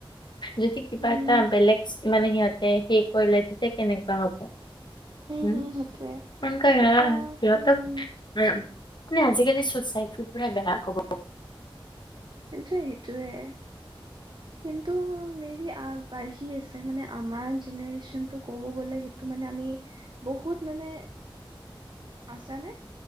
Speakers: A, on the left; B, on the right.
A: যদি কিবা
B: উম
A: এটা
B: উম
A: বেলেগ মানে সিহঁতে সেই কৰি লৈছে যে কেনেকুৱা হব উম
B: হম সেইটোৱে
A: প কাই
B: এটা
A: সিহঁতক
B: উম
A: উ মানে আজিকালি চচাইটিৰ পৰাই বেয়া ক'ব
B: কিন্তু সেইটোয়ে কিন্তু মে বি আগবাঢ়ি আছে মানে আমাৰ জেনেৰেচন টো ক'ব গলে সেইটো মানে আমি বহুত মানে আচা নে